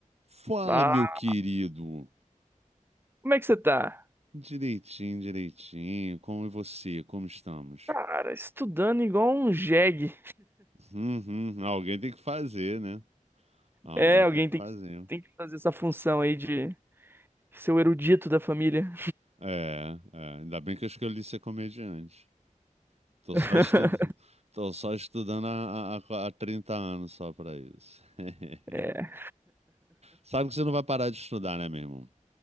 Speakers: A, on the right; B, on the right.
A: Fala,
B: Ah,
A: meu querido.
B: como é que você tá?
A: Direitinho, direitinho. Como é você? Como estamos?
B: Cara, estudando igual um jegue.
A: Uhum. Alguém tem que fazer, né? Alguém
B: É,
A: tem
B: alguém
A: que
B: tem
A: fazer.
B: que, tem que fazer essa função aí de ser o erudito da família.
A: É, é. Ainda bem que eu escolhi ser comediante. Tô
B: <laughs>
A: só estu- Tô só estudando há, há, há 30 anos só pra isso. <laughs>
B: É,
A: Sabe que você não vai parar de estudar, né, meu irmão?